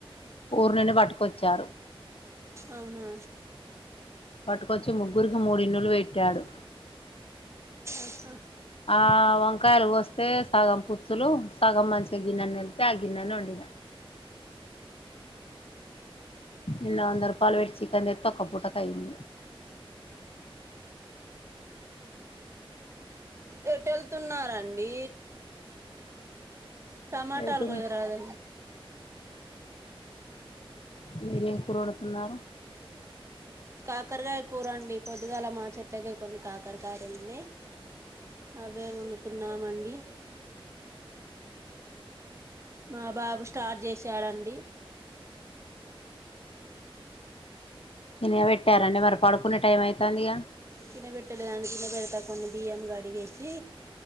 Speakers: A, on the left; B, on the right.
A: ఊరి నుండి పట్టుకొచ్చారు
B: అవునా
A: పట్టుకొచ్చి ముగ్గురికి మూడిన్నులు పెట్టాడు
B: ఆహా
A: ఆ వంకాయలు వస్తే సగం పుచ్చులు సగం మంచిగా గిన్నెని వెళ్తే ఆ గిన్నెని వండినాడు నిన్న వంద రూపాయలు పెట్టి చికన్ తెత్తే ఒక పూటకు అయ్యంది
B: ఎటు వెళ్తున్నారండి టమాటాలకొయ్యరద
A: రేటు మీరేం కూరడుతున్నారు
B: కాకరకాయ కూరండి పొద్దుగాల మా చెట్లకే కొన్ని కాకరకాడాలున్నాయ్ అదే వాడుతున్నాం అండి మా బాబు స్టార్ట్ చేసి చాడండి
A: నినే పెట్టారాండి మరి పడుకునే టైం అవుతుంది ఇగా
B: తినబెట్టలేదాన్ని తిన పెెడతా కొన్ని బియ్యం క అడిగేసి